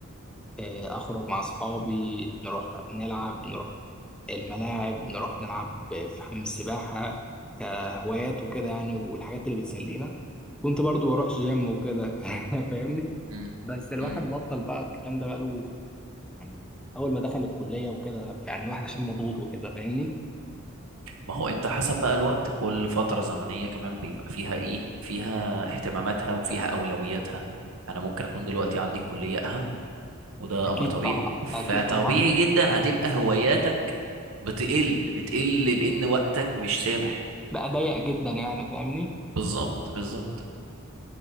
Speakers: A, in the centre; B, on the right.
A: آه، أخرج مع أصحابي نروح نلعب نروح الملاعب نروح نلعب في حمام السباحة كهوايات وكده يعني والحاجات اللي بتسلينا كنت برضو بروح جيم وكده <laughs> فاهمني
B: مم.
A: بس الواحد
B: مم.
A: بطل بقى الكلام ده بقاله يعني أول ما دخل الكلية وكده يعني الواحد عشان مضغوط وكده فاهمني
B: ما هو انت حسب بقى الوقت كل فترة زمنية كمان بيبقى فيها ايه فيها اهتماماتها وفيها اولوياتها انا ممكن اكون دلوقتي عندي كلية اهم وده
A: أكيد
B: امر طبيعي
A: طبعا
B: فطبيعي
A: أكيد طبعا
B: جدا هتبقى هواياتك بتقل بتقل لان وقتك مش سامح
A: بقى ضيق جدا يعني فاهمني
B: بالظبط بالظبط